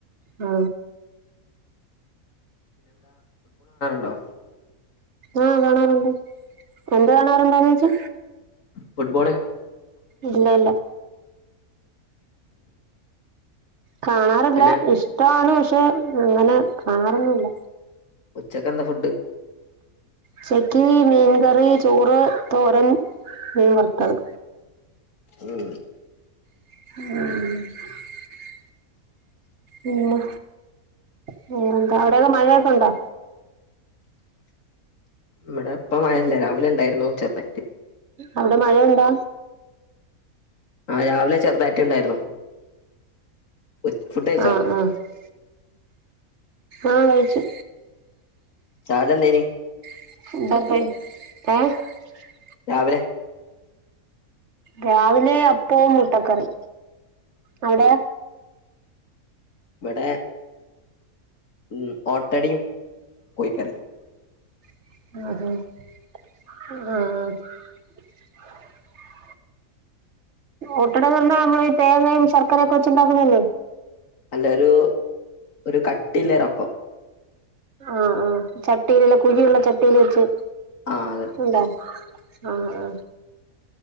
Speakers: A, on the right (about 55°); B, on the left (about 60°).
A: ആ
B: ആ
A: ആ കാണാറുണ്ട്. എന്ത് കാണാറുണ്ടോന്നോയ്ച്ചേ
B: ഫുട്ബോള്.
A: ഇല്ല ല്ല കാണാറില്ല
B: പിന്നെ
A: ഇഷ്ടാണ് പ പക്ഷെ അങ്ങനെ കാറൊന്നുല്ല.
B: ഉച്ചക്കെന്താ ഫുഡ്?
A: ചെക്കി മീൻകറി ചോറ് തോരൻ മീൻ വറുത്തത്
B: ഉം
A: ഉം പിന്നെ പിന്നെന്താ അവിടൊകെ മഴയൊക്കെ ഉണ്ടോ
B: ഇവിടെപ്പം മഴയില്ല രാവിലെ ണ്ടായിരുന്നു ചെറുതായിട്ട്
A: അവിടെ മഴണ്ടാ
B: ആ രാവിലെ ചെറുതായിട്ട്ണ്ടായിരുന്നു ഉച് ഫുഡയിച്ചോ
A: ആ ആ ആ ആ കഴിച്ചു
B: ചാലെന്തെനി
A: <unintelligible>
B: രാവിലെ
A: രാവിലെ അപ്പവും മുട്ടക്കറി അവിടെയോ
B: വിടെ ഉം ഓട്ടടിയും കോയിക്കറി
A: ആ ആ അ അ ആ ഒട്ടട <unintelligible> തേങ്ങയും ശർക്കരയൊക്കെ വച്ചുണ്ടാക്കുന്നല്ലേ
B: അല്ല ഒരു ഒരു കട്ടില്ലരപ്പം
A: ആ ആ ചട്ടിയിലല്ലേ കുഴിയുള്ള ചട്ടിൽ വെച്ച്
B: ആഹ് അതന്നെ
A: ഉണ്ടാ ആ ആ